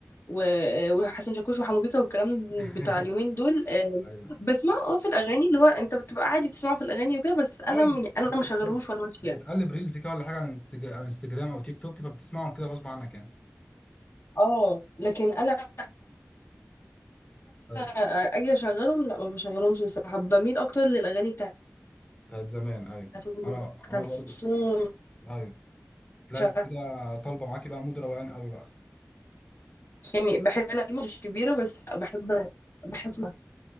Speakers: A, on the left (about 60°); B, on the left (about 25°).
A: و- وحسن شاكوش وحمو بيكا والكلام
B: <laughs>
A: بتاع اليومين دول آه،
B: ايوه
A: بسمعه اه في الاغاني اللي هو انت بتبقى عادي بتسمعه في الاغاني وكده بس انا
B: اه
A: م- انا
B: بت-
A: ما شغلهوش وانا ماشيه
B: بتقلب ريلز كده ولا حاجه على انستجرام على انستجرام او تيك توك فبتسمعهم كده غصب عنك يعني
A: اه لكن انا
B: ايوه
A: انا اجي اشغلهم لا ما بشغلهمش الصراحه بميل اكتر للاغاني بتاعت
B: بتاعت زمان ايوه
A: ام
B: انا
A: كلثوم
B: انا برضو ايوه لا
A: مش عارفة.
B: انت كده طالبه معاكي بقى مود روقان قوي بقى
A: يعني بحب انا دي مش كبيره بس بحب بحب أسمع.